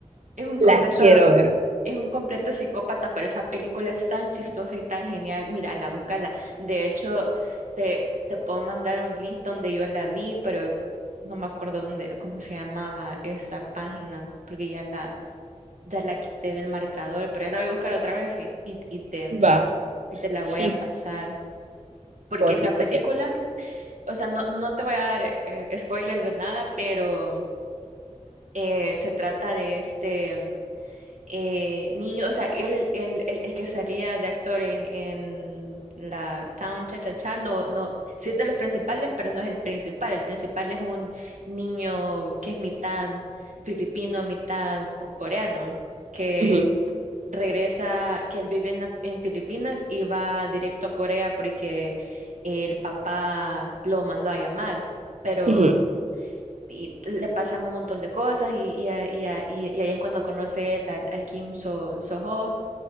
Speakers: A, on the right; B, on the right.
A: es un
B: La
A: completo.
B: quiero ver.
A: Es un completo psicópata, pero esa película es tan chistosa y tan genial. Mírala, búscala. De hecho, te, te puedo mandar un link donde yo la vi, pero no me acuerdo dónde, cómo se llamaba esa página, porque ya la, ya la quité del marcador, pero ahí la voy a buscar otra vez y, y, y te,
B: Va,
A: y te la voy
B: sí,
A: a pasar. Porque
B: por
A: esa
B: fin,
A: película,
B: porque
A: o sea, no, no te voy a dar eh, spoilers de nada, pero eh, se trata de este. eh, niño, o sea, él, el el- el que salía de actor en, en la Town Cha Cha Cha, no, no, sí es de los principales, pero no es el principal. El principal es un niño que es mitad filipino, mitad co- coreano, que
B: ujú,
A: regresa, que él vive en, la- en Filipinas y va directo a Corea porque el papá lo mandó a llamar. Ujú. Pero
B: ujú,
A: y le pasan un montón de cosas y, y, a- y, a- y- y ahí es cuando conoce él al, al Kim So, Soho